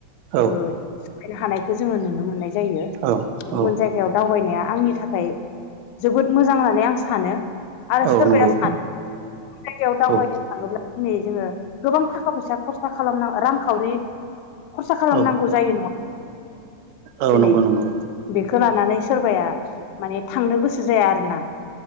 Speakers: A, on the right; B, on the left.
A: औ
B: ओ सोलायनो हानायखौ जोङो नुनो मोननाय जायो
A: औ
B: गुबुन
A: औ
B: जायगायाव दावबायनाया आंनि थाखाय जोबोद मोजां होननानै आं सा सानो आरो
A: औ
B: सोरबाया
A: नंगौ
B: सानो गुबुन जायगायाव दावबायनो
A: औ
B: थाङोब्ला दिनै जोङो गोबां थाखा फैसा खरसा खालामना रांखावरि खरसा खालामनांगौ
A: औ
B: जायो नङा
A: औ
B: दिनै
A: नंगौ नंगौ
B: बेखौ लानानै नानै सोरबाया माने थांनो गोसो जाया आरोना